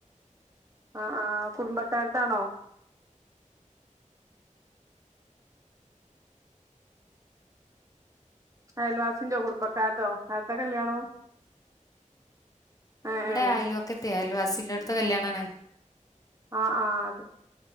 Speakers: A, on the right; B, on the left.
A: ആഹ് ആഹ് കുടുംബക്കാരതാണോ അയൽവാസിന്റൊ കുടുംബക്കാരതോ ആരതാ കല്യാണം ഏഹ്
B: ഇവിടെ
A: ഏഹ്
B: അയലോകത്തെ ആയൽവാസിന്റെടുത്തെ കല്യാണണ്
A: ആഹ്ആഹ് അതെ